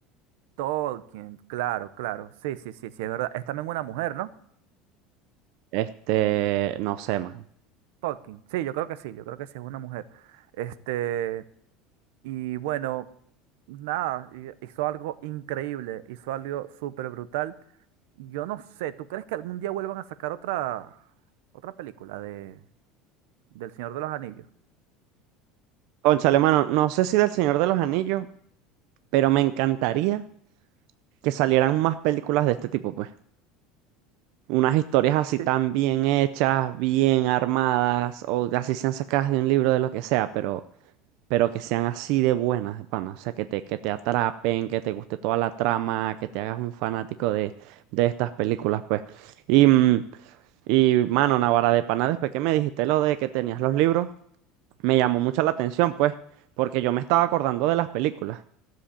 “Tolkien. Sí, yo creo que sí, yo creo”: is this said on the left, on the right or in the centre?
Right